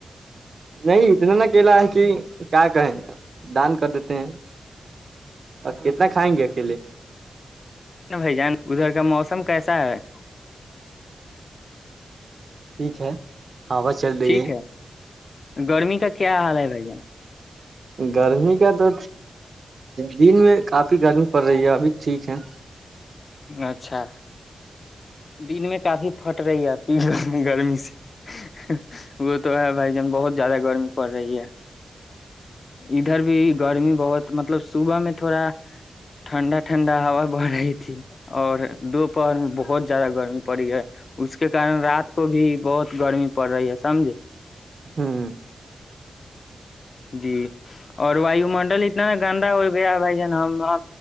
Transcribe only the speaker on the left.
جن بھائی جان ادھر کا موسم کیسا ہے
ٹھیک
گرمی کا کیا حال ہے بھائی جان
اچھا دن میں کافی پھٹ رہی ہے ا گرمی سے وہ تو ہے بھائی جان بہت زیادہ گرمی پڑ رہی ہے ادھر بھی گرمی بہت مطلب صوبح میں تھوڑا ٹھنڈا ٹھنڈا ہوا بڑھ رہی تھی اور دوپہر میں بہت زیادہ گرمی پڑی ہے اس کے کن رات کو بھی بہت گرمی پڑ رہی ہے سمجھے
جی اور وایو منڈل اتنا گندا ہو گیا بھائی جان ہم